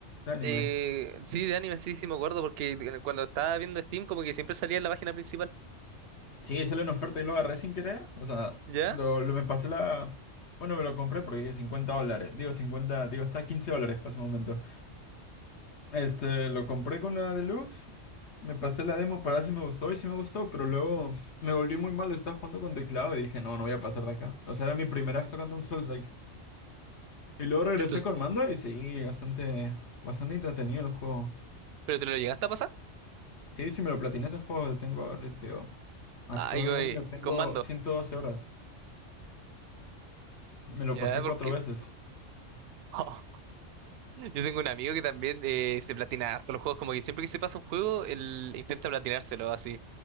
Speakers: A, on the left; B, on the right.
A: De anime.
B: de... Sí, de anime, sí, sí me acuerdo, porque cuando estaba viendo Steam como que siempre salía en la página principal.
A: Sí, salió en oferta y lo agarré sin querer. O sea,
B: ¿Ya?
A: lo, lo me pasé la. Bueno, me lo compré porque 50 dólares. Digo 50, digo, está a 15 dólares para ese momento. Este, lo compré con la Deluxe. Me pasé la demo para ver si me gustó y sí me gustó, pero luego me volví muy malo. Estaba jugando con teclado y dije, no, no voy a pasar de acá. O sea, era mi primera vez tocando un Soulslike. Y luego regresé
B: Pero,
A: con mando y sí, bastante, bastante entretenido el juego.
B: pero ¿te lo llegaste a pasar?
A: Sí, si me lo platiné ese juego, lo tengo, ahorita, digo, a
B: Ah,
A: Code
B: y, con
A: Vein lo tengo
B: y con mando.
A: 112 horas. Me lo
B: ¿Ya?
A: pasé
B: Porque...
A: cuatro veces.
B: <laughs> oh, yo tengo un amigo que también eh, se platina harto los juegos, como que siempre que se pasa un juego, él intenta platinárselo así.